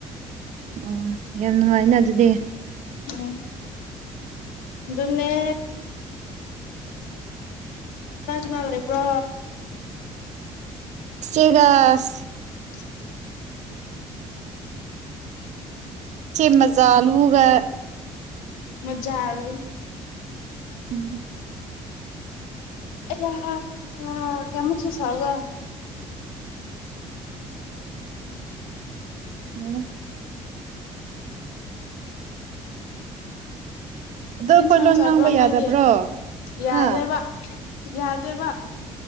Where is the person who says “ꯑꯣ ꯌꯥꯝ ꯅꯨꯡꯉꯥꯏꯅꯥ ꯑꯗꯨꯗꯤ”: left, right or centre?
Right